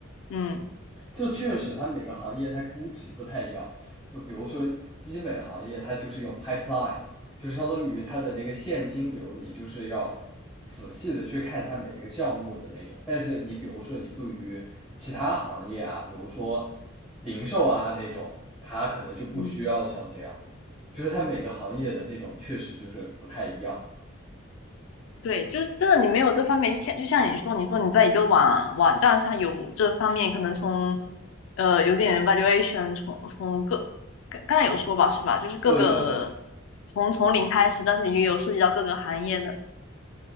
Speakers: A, on the left; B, in the centre.
A: 嗯
B: 就确实它每个行业它估值不太一样，就比如说医美行业，它就是用 pipeline，就是相当于它的那个现金流，你就是要仔细的去看它每一个项目的那种。但是你比如说你对于其他行业啊，比如说零售啊那种，它可能就不需要像这样，
A: 嗯，
B: 就是它每个行业的这种确实就是不太一样。
A: 对，就是真的，你没有这方面，就像就像你说，你说你在一个网网站上有这方面，可能从呃有点 valuation，从从各刚刚才有说吧，是吧？就是各个从从零开始，
B: 对对对
A: 但是也有涉及到各个行业的，